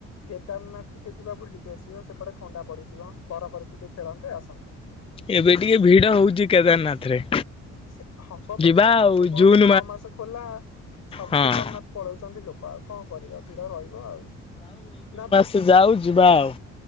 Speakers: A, on the left; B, on the left.
A: କେଦାରନାଥ ଟିକେ ଯିବା ବୁଲିକି ଆସିବା ସେପଟେ ଥଣ୍ଡା ପଡିଥିବ ବରଫରେ ଟିକେ ଖେଳନ୍ତେ ଆସନ୍ତେ।
B: ଏବେ ଟିକେ ଭିଡ ହଉଚି କେଦାରନାଥ ରେ।
A: ସେ ହବ ବା
B: ଯିବା
A: ଛଅ
B: ଆଉ
A: ମାସ ବନ୍ଦ
B: ଜୁନ
A: ଛଅ ମାସ ଖୋଲା। ସବୁ
B: ହଁ।
A: କେଦାରନାଥ ପଳଉଛନ୍ତି ଲୋକ ଆଉ କଣ କରିବା ଭିଡ ରହିବ ଆଉ। ନା
B: ସେ ଯାଉ ଯିବା ଆଉ।